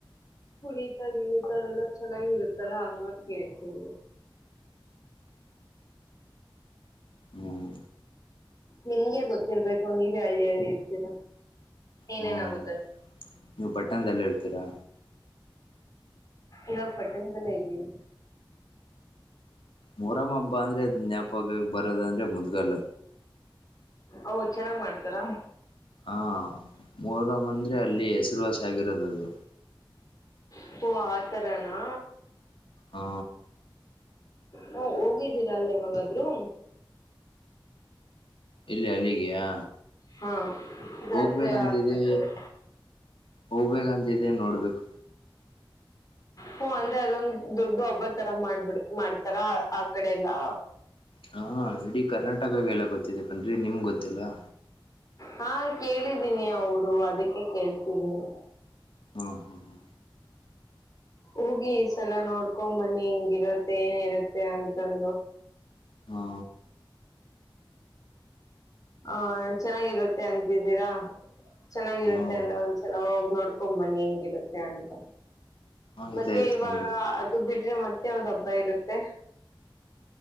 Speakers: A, on the left; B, on the left.
A: ಕುಣಿತ ವಣಿತದೆಲ್ಲ ಚೆನ್ನಾಗಿರುತ್ತಲ್ಲ ಹಂಗ ಕೇಳ್ತರಿ
B: ಹ್ಮ್
A: ನಿಂಗೆ ಗೊತ್ತಿರ್ಬೇಕು ನೀವೇ ಹಳ್ಳಿ ಹಳ್ಳಿ ಇರ್ತೀರಾ ಏನೇನಾಗುತ್ತಂತ
B: ಹ್ಮ್ ನೀವು ಪಟ್ಟಣದಲ್ಲಿ ಇರ್ತೀರಾ
A: ಇವಾಗ ಪಟ್ಟಣದೆಲ್ಲ ಇದೀವಿ
B: ಮರಾಮ <inaudible> ಅಂದ್ರೆ ಜ್ಞಾಪಕ ಬರೋದಂದ್ರೆೆ ಗಲ್ಲ
A: ಓ ಚೆನ್ನಾಗ್ ಮಾಡ್ತಾರಾ
B: ಹಾ ಮೊರಂ ಅಂದ್ರೆ ಅಲ್ಲಿಸ ಚರುವಾಸ ಆಗಿರೋದು
A: ಪ್ಪ ಆತರನ <inaudible>
B: ಹಾ
A: ಹಾ ಹೋಗಿದ್ದೀರಾ ಅಲ್ಲ ಇವಾಗಾದ್ರೂ
B: ಇಲ್ಲಯ ಅಲ್ಲಿಗೆಯಾ
A: ಹಾ ಜಾತ್ರೆ
B: ಹೋಗ್ಬೇಕಂತಿದೆ
A: ಆಗ್ಬೇಕಾದ್ರೆ
B: ಹೋಗ್ಬೇಕಂತಿದೆ ನೋಡ್ಬೇಕು
A: ಹಓ ಅಂದ್ರೆ ಅದೊಂದ ದೊಡ್ಡ ಹಬ್ಬ ತರ ಮಾಡ್ಬಿಡ್ ಮಾಡ್ತಾರ ಆ ಕಡೆ ಎಲ್ಲಾ
B: ಹಾ ಇಡೀ ಕರ್ನಾಟಕಾಗಲ್ಲ ಗೊತ್ತಿದೆ ಕಣ್ರಿ ನಿಮ್ ಗೊತ್ತಿಲವ
A: ಹಾ ಕೇಳಿದೀನಿ ಅವರು ಅದಕ್ಕೆ ಕೇಳ್ತಿದೀನಿ
B: ಹ್ಮ ಹಾ ಹಾ
A: ಹೋಗಿ ಈ ಸಲ ನೋಡ್ಕೊಂಬನ್ನಿ ಹಿಂಗಿರುತ್ತೆ ಏನಿರುತ್ತೆ ಅಂತಂದು
B: ಹಾ
A: ಹ ಚೆನ್ನಾಗಿರುತ್ತೆ ಅಂತಿದ್ದೀರಾ ಚೆನ್ನಾಗಿರುತ್ತೆ
B: ಹಾ ಹಾ
A: ಅಂದ್ರೆ ಒಂದ್ಸಲ ಹೋಗ ನೋಡ್ಕೊಬನ್ನಿ ಹೆಂಗಿರುತ್ತೆ ಅಂತ
B: ಆಯ್ತಾಯ್ತು
A: ಮತ್ತೆ ಇವಾಗ
B: ಕಣ್ರಿ
A: ಅದು ಬಿಟ್ರೆ ಮ ಯಾವ್ದ ಹಬ್ಬ ಇರುತ್ತೆ